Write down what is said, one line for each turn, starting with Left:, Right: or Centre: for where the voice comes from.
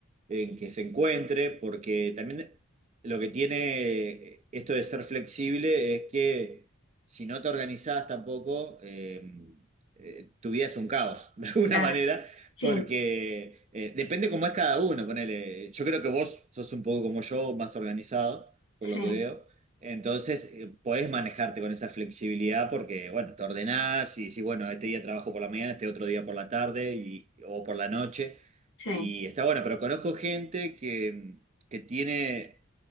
Right: en que se encuentre, porque también lo que tiene esto de ser flexible es que si no te organizás tampoco, eh, eh, tu vida es un caos, <laughs> de alguna
Left: Claro.
Right: manera,
Left: Sí,
Right: porque eh, depende cómo es cada uno, ponele, yo creo que vos sos un poco como yo, más organizado, por
Left: sí,
Right: lo que veo. Entonces, eh, podés manejarte con esa flexibilidad porque, bueno, te ordenás y decís, bueno, este día trabajo por la mañana, este otro día por la tarde y, o por la noche.
Left: sí.
Right: Y está bueno, pero conozco gente que, que tiene